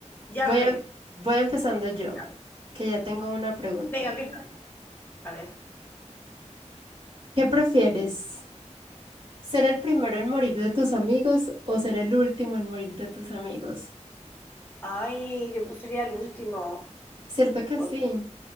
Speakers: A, on the left; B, on the right.
A: ya
B: Voy
A: lo tengo.
B: a- voy empezando yo,
A: Ya.
B: que ya tengo una pregunta.
A: Venga, empieza. A ver.
B: ¿Qué prefieres? ¿Ser el primero en morir de tus amigos o ser el último en morir de tus amigos?
A: Ay, yo prefería el último.
B: Cierto que
A: Por-
B: sí.